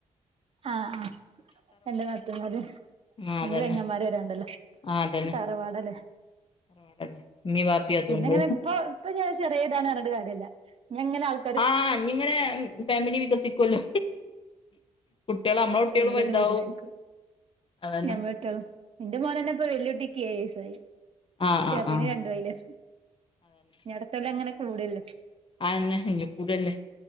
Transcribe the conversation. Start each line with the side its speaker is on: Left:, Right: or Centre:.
Right: ആഹ് ആഹ് രണ്ട് നാത്തൂമ്മാര്
Left: ആഹ്
Right: രണ്ട്
Left: അതന്നെ
Right: പെങ്ങന്മാര് വരാന്ണ്ടല്ലേ
Left: ആഹ് അതന്നെ
Right: തറവാടല്ലേ?
Left: പാടല്ലേ ഉമ്മീം വാപ്പിം അതുണ്ട്
Right: പിന്നെങ്ങനെ ഇപ്പോ ഇപ്പോ ചെ ചെറിയതാണ് പറഞ്ഞിട്ട് കാര്യയില്ല ഞങ്ങന ആൾക്ക
Left: ആഹ് ഞ്ഞി ഇങ്ങന മ്മ് ഫാമിലി വികസിക്കുവല്ലോ? കുട്ടികള് നമ്മളെ
Right: ഉം
Left: കുട്ടികളും
Right: ഫാമിലി
Left: വലുതാവും
Right: അങ്ങന വികസിക്കും
Left: അതന്നെ
Right: ഞാൻ പെറ്റൊളും എന്റെ മോന് തന്നെ ഇപ്പൊ വല്യകുട്ടിക്ക് ഏയ് വയസായി
Left: ആഹ്
Right: ചെറുതിന്
Left: ആഹ് ആഹ്
Right: രണ്ടും ആയില്ലേ? ഇനി അടുത്ത കൊല്ലം അങ്ങനെ കൂടുവല്ലോ?
Left: അതന്നെ ഇഞ്ഞി കൂട്വല്ലേ